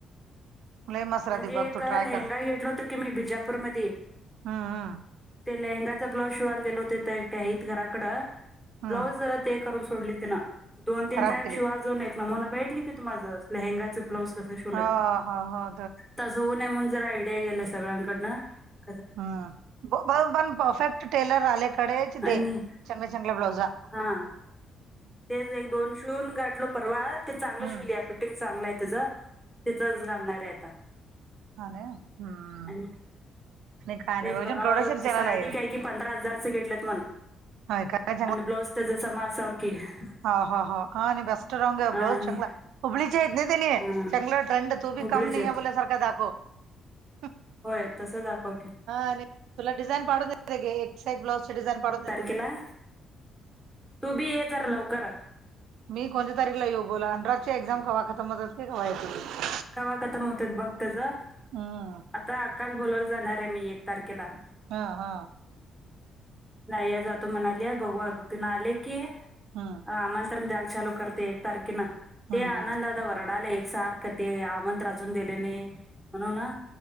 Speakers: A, on the right; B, in the centre.
A: लय मसरा
B: ''म्हणजे
A: ते बघ
B: एक
A: तू ट्राय
B: लेहंगा
A: कर
B: घेतलं होत की, मी बिजापूरमध्येध्ये. ''
A: हं
B: ते लेहंगाचा ब्लाऊज शिवायला दिले होत तेहात घराकडे, ब्लाऊज
A: हम्म
B: ते- ''करून सोडल तीन, दोन-तीन
A: खराब
B: टाईम
A: केली
B: शिवायचं एक म्हणून भेटली का तु माझं लेहगाच, '' <unintelligible>
A: हं हं हं
B: ''तसं होऊ ने म्हणून, जर आयडिया गेला सगळ्यांकडनं. ''
A: ''हं, ब पण परफेक्ट टेलर वाल्याकडेच
B: आणि
A: दे, चांगल्या- चांगल्या ब्लाउजा. ''
B: हा. ''तेच एक दोन शून गाठलो परवा, ते चांगला
A: हम्म
B: शूलीया फिटिंग चांगला आहे त्याच, '' तिचाच, घालणार आहे आता,
A: हान हं,
B: आणि
A: नाही काय
B: तेच
A: नाही रजन
B: बघावं
A: कौडेशर चराला
B: साडी
A: आहे.
B: काय की ''पंधरा हजारच घेतलेत म्हण,
A: होय काय
B: आणि ब्लाउज त्याचा समा असा की, ''
A: हां हां हां, हाआणि बेस्ट रॉंग ब्लाउज
B: आणि
A: चांगला. ''हबळीचे आहेत नाही त्याने,
B: हा
A: चांगलं ट्रेंड तू
B: हुबळीचे
A: बी काम नाही
B: आहेत
A: आहे बोलासारखा दाखव. ''
B: होय तसं दाखवतं.
A: आणि तुला डिझाईन पाडून दे एक साईड ब्लाउजची डिझाईन पाडून देतो.
B: केला, तू बी ये जरा लवकर.
A: मी कोणत्या तारीखला येऊ बोला? अनराजची एक्झाम कवा खतम होयची ती कवा येयची?
B: कवा खतम होतेत बघ त्याचं.
A: हम्म.
B: आता आक्काला बोलावयला जाणार आहे मी एक तारखेला.
A: हा हा.
B: नाहीया जातो म्हणाली, बघू तिनं‌ आले की
A: हम्म.
B: आमंत्रण द्याला चालू करते एक तारखेनं, ते
A: हम्म
B: आनंदा
A: हम्म.
B: दादा वरडालंय एकसारखं. ते आमंत्रण आजून दिले नाय, म्हणून ना